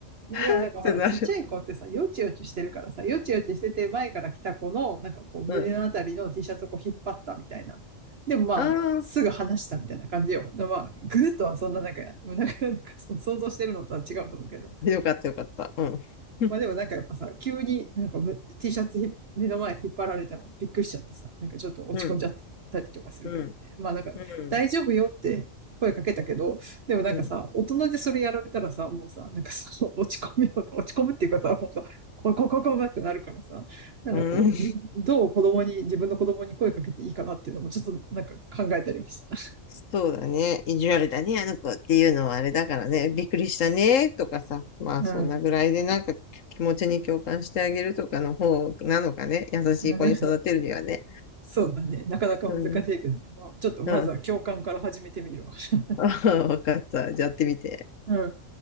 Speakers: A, on the right; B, on the left.
A: いやでもなんかほら、
B: ってなる。
A: ちっちゃい子ってさ、よちよちしてるからさ、よちよちしてて前から来た子の、なんかこう胸のあたりの
B: うん。
A: T シャツをこう引っ張ったみたいな。でもまあ、
B: ああ、
A: すぐ離したみたいな感じよ。でまあ、グーとはそんななんか、なんか、なんかその想像してるのとは違うと思うけど。
B: よかったよかった。うん。<laughs>
A: まあでもなんかやっぱさ、急になんかむ T シャツひ目の前引っ張られたのびっくりしちゃってさ、なんかちょっと落ち込んじゃったりとかするけどね。
B: うん、うん、
A: まあなんか大丈夫よって声かけたけど、
B: うん、
A: でもなんかさ、
B: うん、
A: 大人でそれやられたらさ、もうさ、なんかその <laughs> 落ち込むよね。落ち込むっていうかさ、もうさ、こここここってなるからさ、なんかこう、
B: うん。
A: どう子供に、自分の子供に声かけていいかなっていうのもちょっとなんか考えたりました。
B: そうだね。意地悪だね、あの子っていうのはあれだからね。びっくりしたね、とかさ。まあ、
A: うん
B: そんなぐらいでなんか気持ちに共感してあげるとかの方なのかね。優しい子に育てるにはね。
A: <laughs> そうだね。なかなか難しいけどね。
B: うん、
A: まあ、ちょっとまずは共感から始めてみるわ。
B: うん。
A: <laughs>
B: <laughs> わかった。じゃあやってみて。
A: うん。